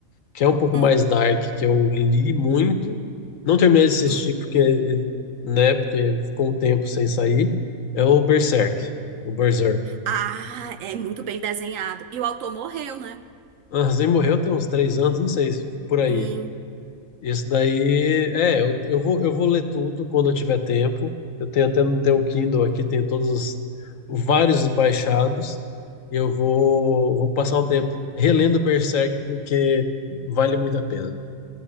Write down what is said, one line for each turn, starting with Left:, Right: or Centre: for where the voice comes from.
Left: que é um pouco
Right: Hum,
Left: mais dark, que eu li muito, não terminei de assistir
Right: hum.
Left: porque, ele- né, porque ficou um tempo sem sair, é o Berserk, o Berserk.
Right: Ah, é muito bem desenhado. E o autor morreu, né?
Left: Ah, Zen morreu tem uns três anos, não sei, por aí.
Right: Injusto,
Left: Isso daí, é, eu, eu vou, eu vou ler tudo quando eu tiver tempo. Eu tenho até no teu Kindle aqui, tem todos os- vários baixados. E eu vou, vou passar um tempo relendo Berserk porque vale muito a pena.